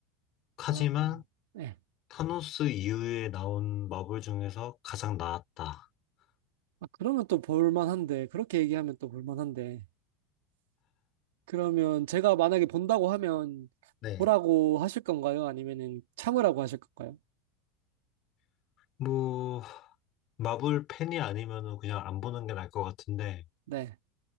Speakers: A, on the left; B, on the right.
A: 하지만
B: 아, 네.
A: 타노스 이후에 나온 마블 중에서 가장 나았다.
B: 아, 그러면 또 볼만한데, 그렇게 얘기하면 또 볼만한데. 그러면 제가 만약에 본다고 하면
A: 네.
B: 보라고 하실 건가요? 아니면은 참으라고 하실 건가요?
A: 뭐 마블 팬이 아니면은 그냥 안 보는 게 나을 것 같은데
B: 네.